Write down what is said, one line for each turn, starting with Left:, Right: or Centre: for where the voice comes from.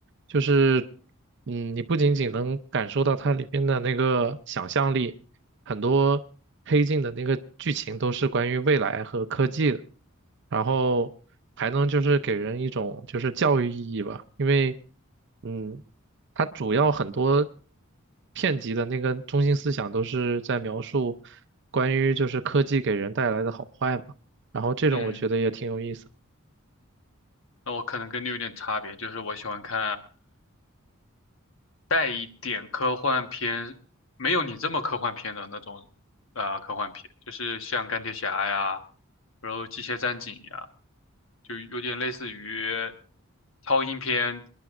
Right: 就是嗯，你不仅仅能感受到它里边的那个想象力，很多黑镜的那个剧情都是关于未来和科技的，然后还能就是给人一种就是教育意义吧，因为嗯，它主要很多片集的那个中心思想都是在描述关于就是科技给人带来的好坏嘛，然后这种我觉得也挺有意思。
Left: 嗯，那我可能跟你有点差别，就是我喜欢看带一点科幻片，没有你这么科幻片的那种，呃，科幻片，就是像钢铁侠呀，然后机械战警呀，就有点类似于超英片